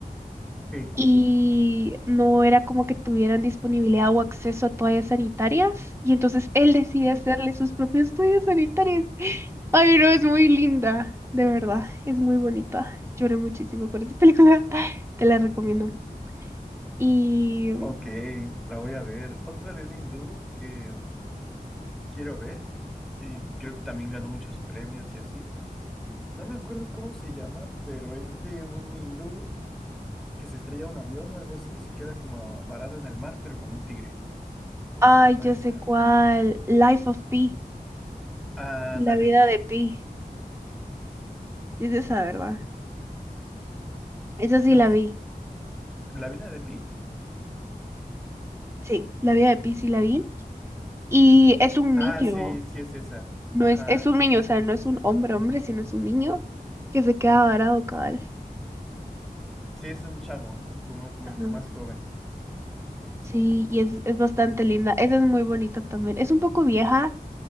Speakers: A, in the centre; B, on the right.
A: Ok,
B: Y no era como que tuvieran disponibilidad o acceso a toallas sanitarias, y entonces él decide hacerle sus propias toallas sanitarias. Ay, no, es muy linda, de verdad, es muy bonita. Lloré muchísimo con esta película, <laughs> te la recomiendo. Y,
A: Ok, la voy a ver. Otra de un hindú que quiero ver y creo que también ganó muchos premios y así. No me acuerdo cómo se llama, pero es de un hindú que se estrella un avión o algo así y se queda como varado en el mar, pero con un tigre. ¿Cómo
B: ay,
A: se llama
B: ya
A: esa?
B: sé cuál, Life of Pi,
A: Ándales.
B: la vida de Pi. Sí, es esa, ¿verdad? Esa sí
A: ¿No?
B: la
A: s-
B: vi.
A: ¿La vida de Pi?
B: Sí. La vida de Pi sí la vi. Y es un
A: Ah,
B: niño.
A: sí, sí es esa.
B: No
A: Ajá.
B: es, es un niño, o sea, no es un hombre hombre, sino es un niño que se queda varado, cabal.
A: Sí es un chabón, como, como
B: Ajá.
A: el más joven.
B: Sí, y es, es bastante linda. Esa es muy bonita también. Es un poco vieja,